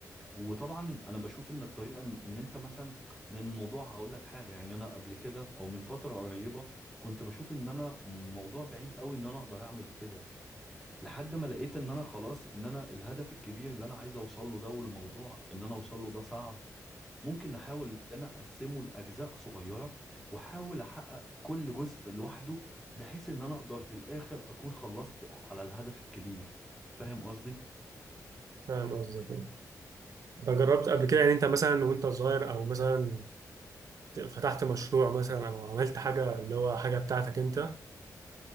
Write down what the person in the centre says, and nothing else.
وطبعا انا بشوف ان الطريقة ان إن انت مثلا لان الموضوع هقولك حاجة يعني انا قبل كده او من فترة قريبة كنت بشوف ان انا موضوع بعيد قوي ان انا اقدر اعمل كده لحد ما لقيت ان انا خلاص ان انا الهدف الكبير اللي انا عايز اوصل له ده والموضوع ان انا اوصل له ده صعب ممكن نحاول ان انا اقسمه لاجزاء صغيره واحاول احقق كل جزء لوحده بحيث ان انا اقدر في الاخر اكون خلصت على الهدف الكبير فاهم قصدي